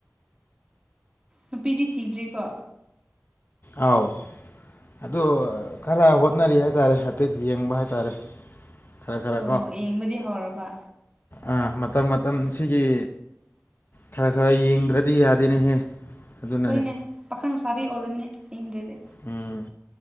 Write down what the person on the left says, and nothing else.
ꯑꯥꯎ ꯑꯗꯣ ꯈꯔ ꯍꯣꯠꯅꯔꯤ ꯍꯥꯏꯇꯥꯔꯦ ꯍꯥꯏꯐꯦꯠ ꯌꯦꯡꯕ ꯍꯥꯏꯇꯥꯔꯦ ꯈꯔ ꯈꯔ
ꯀꯣ
ꯑꯥ ꯃꯇꯝ ꯃꯇꯝ ꯁꯤꯒꯤ ꯈꯔ ꯈꯔ ꯌꯦꯡꯗ꯭ꯔꯗꯤ ꯌꯥꯗꯦꯅꯦꯍꯦ ꯑꯗꯨꯅꯅꯦ
ꯎꯝ